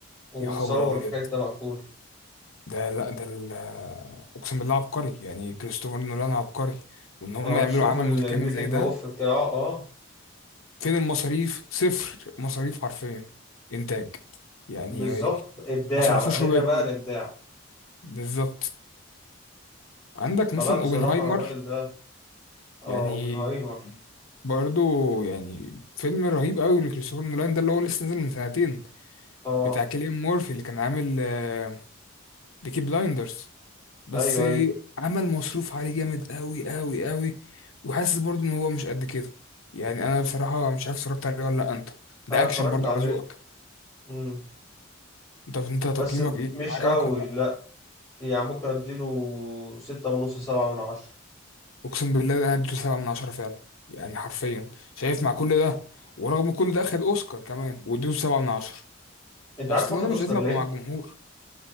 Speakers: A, on the left; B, on the left.
A: ومتصور
B: يا خبر أبيض
A: في حتة مقفولة
B: ده لا ده ال- أقسم بالله عبقري يعني كريستوفر نولان عبقري وإن هم
A: آه
B: يعملوا
A: شوف
B: عمل
A: ال-
B: متكامل
A: الميكنج
B: زي ده
A: أوف بتاعه آه
B: فين المصاريف؟ صفر مصاريف حرفيا إنتاج يعني
A: بالظبط إبداع
B: ما صرفوش
A: بقى
B: ربع
A: هنا
B: جنيه
A: بقى الإبداع
B: بالظبط عندك
A: فلا
B: مثلا
A: بصراحة
B: اوبنهايمر
A: الراجل ده اه
B: يعني
A: اوبنهايمر
B: برضه يعني فيلم رهيب قوي لكريستوفر نولان ده اللي هو لسه نازل من سنتين
A: اه
B: بتاع كيليان مورفي اللي كان عامل آه، بيكي بلايندرز بس
A: ايوه ايوه
B: عمل مصروف عليه جامد قوي قوي قوي وحاسس برضه ان هو مش قد كده يعني انا بصراحة مش عارف اتفرجت عليه ولا لا انت ده
A: انا
B: اكشن
A: اتفرجت
B: برضه
A: عليه
B: على ذوقك
A: امم
B: انت انت تقييمك
A: بس مش
B: ايه عجبك
A: قوي
B: ولا لا
A: لا يعني ممكن اديله ستة ونص سبعة من عشرة
B: اقسم بالله ده انا اديته سبعة من عشرة فعلا يعني حرفيا شايف مع كل ده ورغم كل ده اخد اوسكار كمان واديته سبعة من عشرة
A: انت
B: اصل
A: عارف واخد
B: انا مش
A: اوسكار
B: لازم
A: ليه؟
B: ابقى مع الجمهور